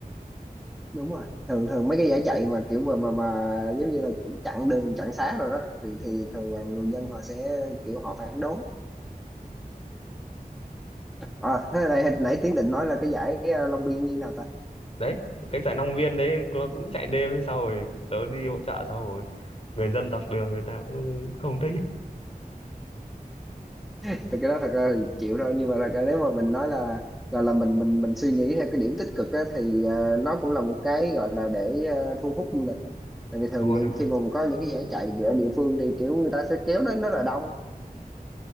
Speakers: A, in the centre; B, on the left.
A: đúng rồi thường thường mấy cái giải chạy mà kiểu mà mà mà giống như là chặn đường chặn xá rồi đó thì thì thường là người dân họ sẽ kiểu họ phản đối à thế này hồi nãy Tiến định nói là cái giải ờ, Long Biên như thế nào ta
B: đấy cái giải Long Biên đấy nó cũng chạy đêm sau rồi tớ đi hỗ trợ sau rồi người dân dọc đường người ta cũng không thích
A: thì cái đó thật ra thì chịu thôi nhưng mà là cái nếu mà mình nói là gọi là mình mình mình suy nghĩ theo cái điểm tích cực á, thì ờ, nó cũng là một cái gọi là để ờ, thu hút du lịch tại vì thường
B: đúng không
A: những
B: đúng
A: khi
B: không
A: mà có những cái giải chạy ở địa phương thì kiểu người ta sẽ kéo đến rất là đông